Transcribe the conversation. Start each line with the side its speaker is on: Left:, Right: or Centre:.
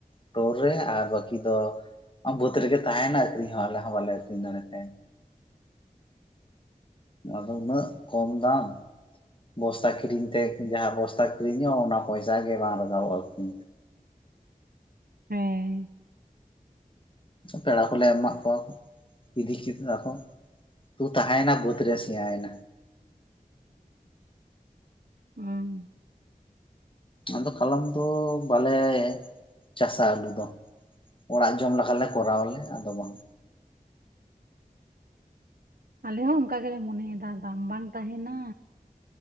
Left: ᱴᱳᱨ ᱨᱮ ᱟᱨ ᱵᱟᱹᱠᱤ ᱫᱚ ᱵᱟᱹᱫᱽ ᱨᱮᱜᱮ ᱛᱟᱦᱮᱭᱱᱟ ᱟᱹᱠᱷᱨᱤᱧ ᱦᱚᱸ ᱟᱞᱮ ᱦᱚᱸ ᱵᱟᱞᱮ ᱟᱹᱠᱷᱨᱤᱧ ᱫᱟᱲᱮ ᱛᱮ᱾ ᱱᱚᱣᱟ ᱫᱚ ᱩᱱᱟᱹᱜ ᱠᱚᱢ ᱫᱟᱢ᱾ ᱵᱚᱥᱛᱟ ᱠᱤᱨᱤᱧ ᱛᱮ ᱡᱟᱦᱟᱸ ᱵᱚᱥᱛᱟ ᱠᱤᱨᱤᱧᱚᱜᱼᱟ ᱚᱱᱟ ᱯᱚᱭᱥᱟ ᱜᱮ ᱵᱟᱝ ᱨᱟᱜᱟᱵᱚᱜᱼᱟ ᱟᱠᱷᱨᱤᱧ
Right: ᱦᱮᱸ᱾
Left: ᱯᱮᱲᱟ ᱦᱚᱸᱞᱮ ᱮᱢᱟᱜ ᱠᱚᱣᱟ ᱠᱚ ᱤᱫᱤ ᱠᱮᱫᱟ ᱠᱚ᱾ ᱛᱩ ᱛᱟᱦᱮᱭᱱᱟ ᱵᱟᱹᱫᱽ ᱨᱮ ᱥᱤᱭᱟᱭ ᱱᱟ᱾
Right: ᱦᱩᱸ᱾
Left: ᱟᱫᱚ ᱠᱟᱞᱚᱢ ᱫᱚ ᱵᱟᱞᱮ ᱪᱟᱥᱟ ᱟᱹᱞᱩ ᱫᱚ᱾ ᱚᱲᱟᱜ ᱡᱚᱢ ᱞᱮᱠᱷᱟ ᱞᱮ ᱠᱚᱨᱟᱣᱟᱞᱮ ᱟᱫᱚ ᱵᱟᱝ᱾
Right: ᱟᱞᱮ ᱦᱚᱸ ᱚᱱᱠᱟ ᱜᱮᱞᱮ ᱢᱚᱱᱮᱭᱫᱟ ᱫᱟᱢ ᱵᱟᱝ ᱛᱟᱦᱮᱱᱟ᱾